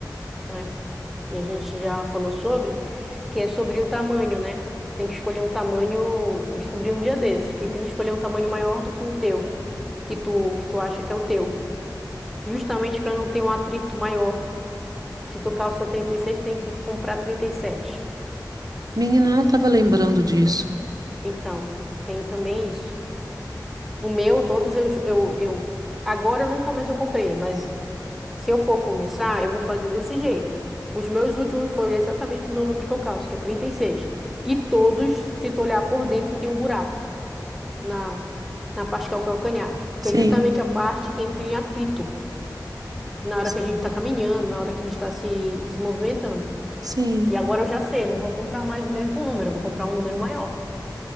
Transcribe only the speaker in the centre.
né, que- E a gente já falou sobre, que é sobre o tamanho, né? Tem que escolher um tamanho, descobri um dia desse, que tem que escolher um tamanho maior do que o teu, que tu, que tu acha que é o teu, justamente para não ter um atrito maior. Se tu calça 36, tem que comprar 37.
Então, tem também isso. O meu, todos eu, eu, eu agora nunca mais eu comprei, mas Se eu for começar, eu vou fazer desse jeito. Os meus últimos foram exatamente o meu número que eu calço, que é 36. E seis. E todos, se tu olhar por dentro, tem um buraco na, na parte que é o calcanhar,
que é justamente a parte que entra em atrito na hora
que a gente está caminhando, na hora que a gente está se, se movimentando.
E agora eu já sei, eu não vou comprar mais o mesmo número, eu vou comprar um número maior,